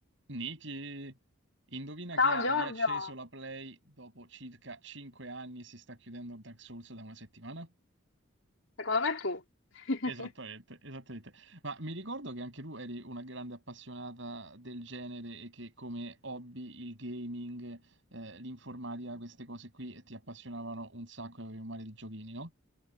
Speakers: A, on the right; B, on the left.
A: Niki, indovina
B: Ciao
A: chi ha
B: Giorgio,
A: riacceso la Play dopo circa 5 anni e si sta chiudendo Dark Souls da una settimana?
B: secondo me tu. <laughs>
A: Esattamente, esattamente. Ma mi ricordo che anche tu eri una grande appassionata del genere e che come hobby il gaming, eh, l'informatica, queste cose qui ti appassionavano un sacco e avevi un mare di giochini, no?